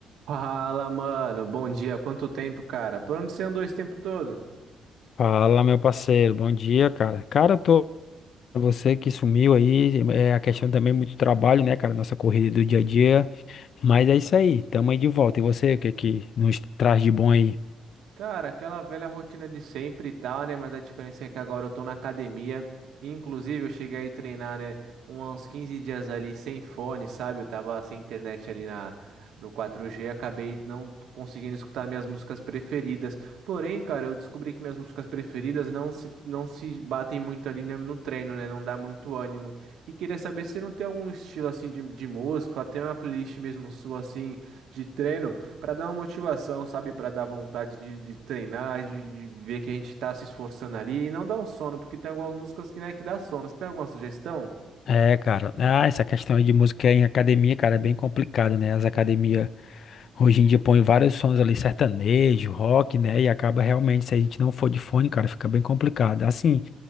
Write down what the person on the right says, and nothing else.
Fala, mano. Bom dia. Quanto tempo, cara? Por onde você andou esse tempo todo?
Cara, aquela velha rotina de sempre e tal, né? Mas a diferença é que agora eu tô na academia. E, Inclusive, eu cheguei aí treinar, né? Uns 15 dias ali sem fone, sabe? Eu tava sem internet ali na, no 4G. Acabei não conseguindo escutar minhas músicas preferidas. Porém, cara, eu descobri que minhas músicas preferidas não se, não se batem muito ali no, no treino, né? Não dá muito ânimo. E queria saber se você não tem algum estilo assim de, de música, até uma playlist mesmo sua assim de treino para dar uma motivação, sabe? Para dar vontade de, de treinar, de, de ver que a gente tá se esforçando ali e não dar um sono, porque tem algumas músicas que, né, que dá sono. Você tem alguma sugestão?